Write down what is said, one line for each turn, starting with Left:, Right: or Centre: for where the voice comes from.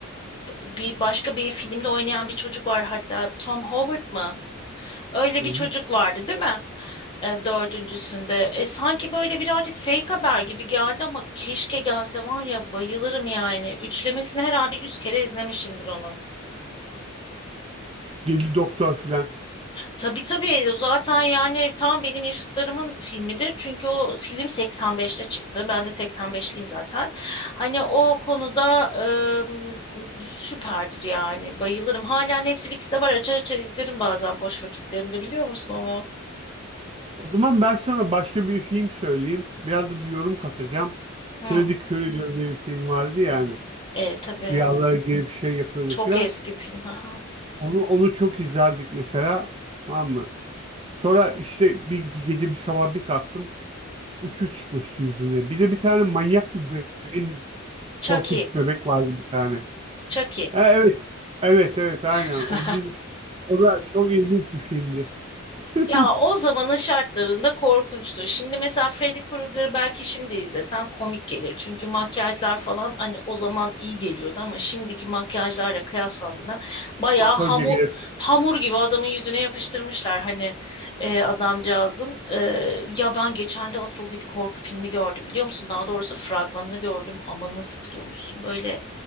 Left: bir başka bir filmde oynayan bir çocuk var hatta Tom Howard mı? Öyle
Right: Hı
Left: bir
Right: hı.
Left: çocuk vardı değil mi? E, dördüncüsünde. E, sanki böyle birazcık fake haber gibi geldi ama keşke gelse var ya bayılırım yani. Üçlemesini herhalde yüz kere izlemişimdir onun.
Right: Deli Doktor filan.
Left: Tabii tabii o zaten yani tam benim yaşıtlarımın filmidir. Çünkü o film 85'te çıktı. Ben de 85'liyim zaten. Hani o konuda e, süperdir yani bayılırım. Hala Netflix'te var açar açar izlerim bazen boş vakitlerimde biliyor musun onu?
Right: O zaman ben sana başka bir film söyleyeyim. Biraz da bir yorum katacağım. Freddie
Left: Hı.
Right: Krueger diye bir film vardı yani.
Left: E, tabii
Right: Rüyalara girip şey yapıyordu
Left: Çok
Right: filan.
Left: eski bir film. Haha.
Right: Onu onu çok izlerdik mesela. Tamam mı? Sonra işte bir, bir gece bir sabah bir kalktım. Uçu çıkmıştı yüzümle. Bir de bir tane manyak bir bebeğin
Left: Chucky.
Right: korkunç bebek vardı bir tane.
Left: Chucky.
Right: Ha, evet. Evet evet aynen.
Left: <laughs>
Right: O dizi, o da çok ilginç bir filmdi. <laughs>
Left: Ya o zamanın şartlarında korkunçtu. Şimdi mesela Freddy Krueger belki şimdi izlesen komik gelir. Çünkü makyajlar falan hani o zaman iyi geliyordu ama şimdiki makyajlarla kıyaslandığında bayağı
Right: Amatörce
Left: hamur,
Right: gelip.
Left: hamur gibi adamın yüzüne yapıştırmışlar. Hani e, adamcağızın. E, ya ben geçen de asıl bir korku filmi gördüm biliyor musun? Daha doğrusu fragmanını gördüm ama nasıl biliyor musun? Böyle